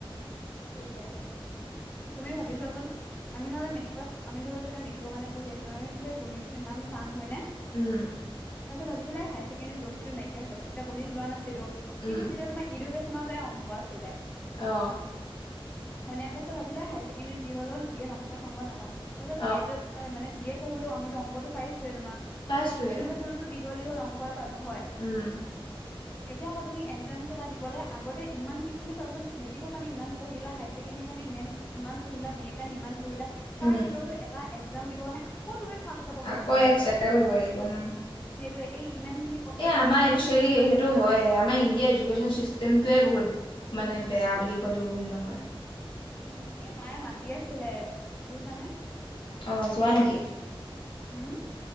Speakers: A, on the left (about 20°); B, on the left (about 55°).
A: সেইটোৱে, তুমি ভাবিছোৱাচোন আমি নহলে মেট্ৰিক পাছ আমি ধৰি ল যেতিয়া মেটিক কাৰণে পঢ়ি আছিলো, আমি ভাবিছিলোঁ গণিতটো ইমান টান হয়নে?
B: উম।
A: তাৰ পিছত ভাবিছিলে হায়াৰ ছেকেণ্ডাৰী গণিতটো নাইকিয়া হৈ যাব তেতিয়া গণিত লোৱা নাছিলো,
B: উম
A: কিন্তু তেতিয়া তোমাৰ ইডুকেশ্যনতে অংক আছিলে।
B: অ
A: হয়নাই তাৰপাছত ভাবিলে হায়াৰছেকেণ্ডেৰীত জি হল হল বি এত অংক সংক নাপাম তাৰিছত বি
B: অ
A: এডত অ মানে বি এ পঢ়োতেও আমিতো অংকটো পাইছোৱে তোমাৰ,
B: পাইছোৱে
A: এডকেশ্যনত দীঘল দীঘল অংকই পালো হয়।
B: উম।
A: এতিয়া আকৌ তুমি এণ্ট্ৰেঞ্চ এটা দিবলে আগতে ইমানখিনি তুমি চোৱাচোন মেট্ৰিক ইমান পঢ়িলা হায়াৰ চেকেণ্ডাৰী কাৰণে ইমান ইমান পঢ়িলা বি এ কাৰণে ইমান পঢ়িলা তাৰ
B: উম
A: ভিতৰতো এটা একজাম দিব কাৰণে আকৌ তুমি ফাৰ্ষ্টৰ পৰা পঢ়িব
B: আকৌ
A: লাগে,
B: এক্সট্ৰা কৰিব লাগিব উম
A: সেইটোয়ে এই ইমান খিনি কষ্ট
B: এ
A: যে
B: আমাৰ একচুৱেলি
A: এই এনে
B: সেইটো
A: যোৱা নিচিনা
B: হয়,
A: লাগে
B: আমাৰ ইণ্ডিয়াৰ এডুকেছন চিষ্টেমটোৱে বহুত মানে বেয়া বুলি ক'লেও ভুল নহয়।
A: উ এই মায়ে মাতি আছিলে বুইছানে।
B: অ যোৱা নেকি?
A: উম।